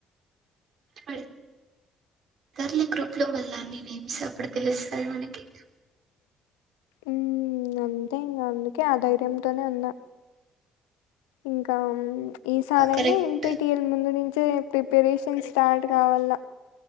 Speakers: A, on the right; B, on the left.
A: ఫర్ తర్లీ గ్రూప్ లో వల్ల నేమ్స్ అప్పుడు తెలుస్తాది మనకి
B: ఉమ్ అంతే ఇంగ అందుకే ఆ ధైర్యంతోనే ఉన్నా ఇంకా మ్మ్ ఈ సారైనా
A: correct
B: N P T L ముందు నుంచే ప్రిపరేషన్ స్టార్ట్ గావాల